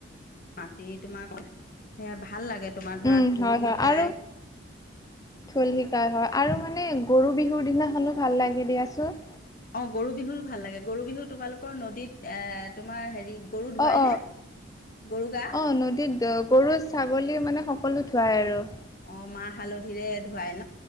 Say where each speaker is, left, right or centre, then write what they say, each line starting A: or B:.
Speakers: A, on the left; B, on the left.
A: মাতি তোমাক সেয়া ভাল লাগে, তোমাৰ ধৰা
B: উম
A: ঢোল
B: হয়
A: শিকায়
B: হয় আৰু ঢোল শিকায় হয়। আৰু মানে গৰুবিহুৰ দিনাখনো ভাল লাগে দিয়াচোন।
A: অ' গৰুবিহুটো ভাল লাগে। গৰুবিহু তোমালোকৰ নদীত এ- তোমাৰ হেৰি গৰু ধুৱাই
B: অ' - অ'।
A: নে গৰু গা
B: অ' নদীত গৰু, ছাগলী মানে সকলো ধোৱায় আৰু।
A: অ' মাহ - হালধিৰে ধোৱায়